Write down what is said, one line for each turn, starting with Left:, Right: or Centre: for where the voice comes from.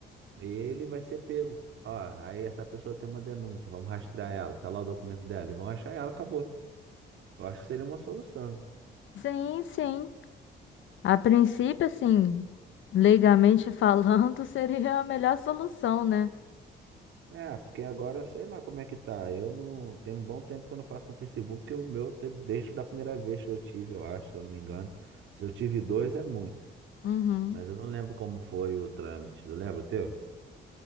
Right: Ele vai ser pego. Ó, aí essa pessoa tem uma denúncia, vamos rastrear ela, tá lá o documento dela, e vão achar ela, acabou. Eu acho que seria uma solução.
Left: Sim, sim. A princípio, assim, legalmente falando, <laughs> seria a melhor solução, né?
Right: É, porque agora sei lá como é que tá. Eu não. Tem um bom tempo que eu não faço um Facebook, o meu tem- desde da primeira vez que eu tive, eu acho, se eu não me engano. Se eu tive dois é muito.
Left: Uhum.
Right: Mas eu não lembro como foi o trâmite. Tu lembra o teu?